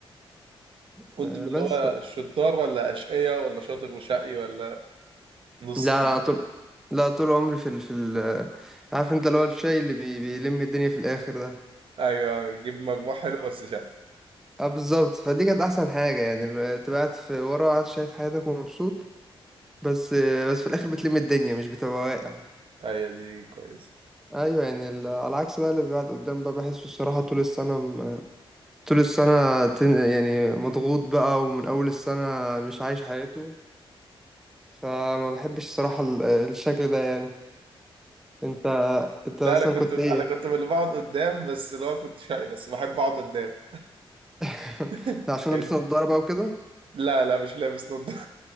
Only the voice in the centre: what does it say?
آه
بس
ف...
لا لا طول لا طول عمري في ال في ال آه، عارف انت اللي هو الشاي اللي بي... بيلم الدنيا في الاخر ده
اه بالظبط فدي كانت احسن حاجه يعني ال- تبقى قاعد في ورا وقاعد شايف حياتك ومبسوط بس بس في الاخر بتلم الدنيا مش بتبقى واقع
ايوه يعني ال- على العكس بقى اللي بيقعد قدام بقى بحسه الصراحه طول السنه م... طول السنه تن... يعني مضغوط بقى ومن اول السنه مش عايش حياته فما بحبش الصراحه ال- الشكل ده يعني انت انت اصلا
كنت
ايه
<laughs>
ده عشان لابس نضاره بقى وكده